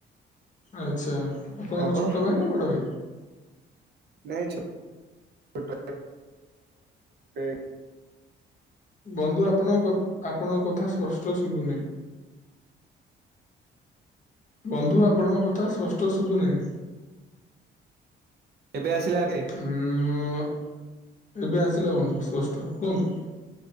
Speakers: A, on the left (about 40°); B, on the right (about 55°).
A: ଆଛା ଆପଣଙ୍କ
B: ଆପଣ
A: ଛୋଟ ଭାଇ ନା ବଡ ଭାଇ?
B: ନାଇଁଛ ଗୋଟେ <unintelligible>
A: ବନ୍ଧୁ ଆପଣଙ୍କ କ ଆପଣଙ୍କ କଥା ସ୍ପଷ୍ଟ ଶୁଭୁନି? ବନ୍ଧୁ ଆପଣଙ୍କ କଥା ସ୍ପଷ୍ଟ ଶୁଭୁନାହିଁ?
B: ଏବେ ଆସିଲା ଏବେ?
A: ଉ ଏବେ ଆସିଲା ବନ୍ଧୁ ସ୍ପଷ୍ଟ କୁହନ୍ତୁ?